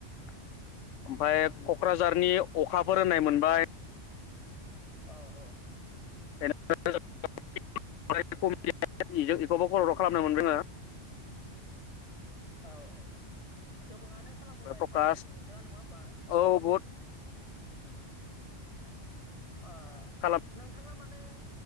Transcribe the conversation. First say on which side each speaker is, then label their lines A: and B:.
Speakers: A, on the left (about 80°); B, on the left (about 25°).
A: ओमफ्राय कक्राझारनि अखा फोरोंनाय मोनबाय
B: औ औ
A: <unintelligible> इखौबो खरग्राफ खालामनो मोनदोंङो
B: औ औ गो गोबाङानो खालामबोबाय
A: आङो प्रकास
B: होमबा नो नोंथाङा नङा होमबा?
A: औ बहुद
B: <inaudible> ओ
A: खालाम
B: नोंथाङा मा माने